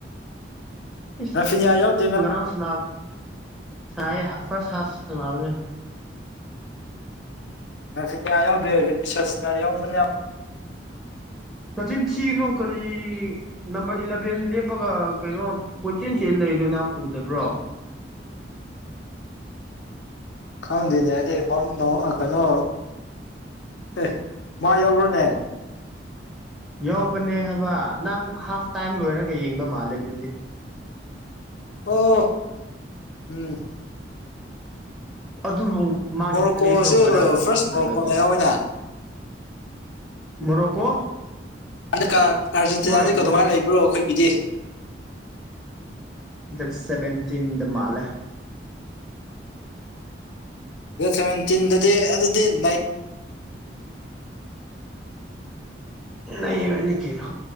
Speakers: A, in the centre; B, on the left (about 80°).
A: ꯏꯁ
B: ꯔꯥꯐꯤꯅꯤꯌꯥ ꯌꯥꯎꯗꯦ
A: ꯉꯔꯥꯡ ꯁꯅꯥ ꯁꯥꯏꯌꯦ ꯐꯔꯁ ꯍꯥꯐ ꯁꯅꯥꯕꯅꯦ
B: ꯔꯥꯐꯤꯅꯤꯌꯥ ꯌꯥꯎꯗ꯭ꯔꯦ ꯕꯤꯅꯤꯁꯤꯌꯁꯅ ꯌꯥꯎꯕꯅꯦ
A: ꯅꯆꯤꯟ ꯊꯤꯅꯨ ꯀꯔꯤ ꯅꯝꯕꯔ ꯏꯂꯚꯦꯟ ꯂꯦꯞꯄꯒ ꯀꯩꯅꯣ ꯀꯣꯏꯆꯦꯟ ꯆꯦꯜ ꯂꯩꯗꯣ ꯅꯪ ꯎꯗꯕ꯭ꯔꯣ
B: ꯈꯪꯗꯦꯅꯦ ꯑꯩꯗꯤ ꯄꯝꯅꯣ ꯑ ꯀꯩꯅꯣ ꯑꯦ ꯃꯥ ꯌꯥꯎꯕ꯭ꯔꯣꯅꯦ
A: ꯌꯥꯎꯕꯅꯦ ꯍꯥꯏꯕ ꯅꯪ ꯍꯥꯐ ꯇꯥꯏꯝ ꯂꯣꯏꯔꯒ ꯌꯦꯡꯕ ꯃꯥꯜꯂꯦ ꯑꯗꯨꯗꯤ
B: ꯑꯣ ꯎꯝ
A: ꯑꯗꯨꯕꯨ ꯃꯥꯒꯤ
B: ꯃꯣꯔꯣꯀꯣꯁꯨ
A: ꯄ꯭ꯂꯦꯗꯣ ꯉꯔꯥꯡꯗꯤ
B: ꯐꯥꯔꯁ
A: ꯐꯖꯗꯦ
B: ꯃꯣꯔꯣꯀꯣꯅ ꯌꯥꯎꯋꯤꯅ
A: ꯃꯣꯔꯣꯀꯣ
B: ꯍꯟꯗꯛꯀꯥ ꯑꯥꯔꯖꯦꯟꯇꯤꯅꯥꯗꯤ
A: ꯍꯣꯏ
B: ꯀꯩꯗꯧꯉꯩ
A: ꯃꯣꯔꯣꯛ
B: ꯂꯩꯕ꯭ꯔꯣ ꯑꯩꯈꯣꯏꯒꯤꯗꯤ
A: ꯗꯦꯠ ꯁꯦꯚꯦꯟꯇꯤꯟ ꯗ ꯃꯥꯜꯂꯦ
B: ꯗꯦꯠ ꯁꯚꯦꯟꯇꯤꯟꯗꯨꯗꯤ ꯑꯗꯨꯗꯤ ꯅꯩ
A: ꯅꯩꯔꯅꯤ ꯀꯩꯅꯣ